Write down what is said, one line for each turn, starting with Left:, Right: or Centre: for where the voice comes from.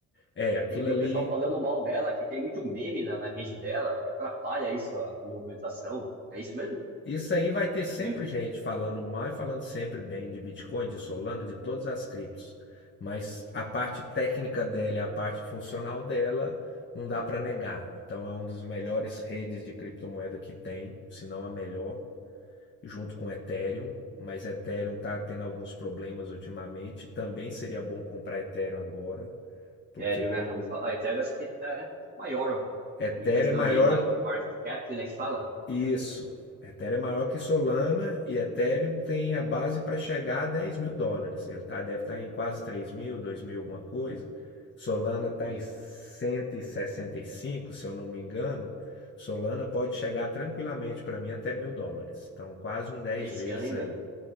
Left: É, aquilo
Right: eu vi
Left: ali
Right: o pessoal falando mal dela, que tem muito meme na, na rede dela e atrapalha isso, a, a movimentação. É isso mesmo?
Left: Isso aí vai ter sempre
Right: Meme.
Left: gente falando mal e falando sempre bem de Bitcoin, de Solana,
Right: Hum,
Left: de todas as criptos. Mas a parte técnica dela a parte funcional dela não dá para negar. Então é uma das melhores redes de criptomoeda que tem, se não a melhor, junto com Ethereum. Mas Ethereum está tendo alguns problemas ultimamente. Também seria bom comprar Ethereum agora, porque
Right: Ethereum, né? Já ouvi falar. Ethereum acho que tá, é maior
Left: Ethereum
Right: em questão
Left: é maior
Right: de market, market cap, né? Que fala.
Left: Isso. Ethereum é maior que Solana e Ethereum tem a base para chegar a 10 mil dólares. Ele tá, deve estar em quase 3 mil, 2 mil, alguma coisa. Solana está
Right: Eita,
Left: em cento e e sessenta e cinco, se eu não me engano. Solana pode chegar tranquilamente para mim até mil dólares. Então, quase um 10
Right: esse
Left: vezes
Right: ano ainda,
Left: aí.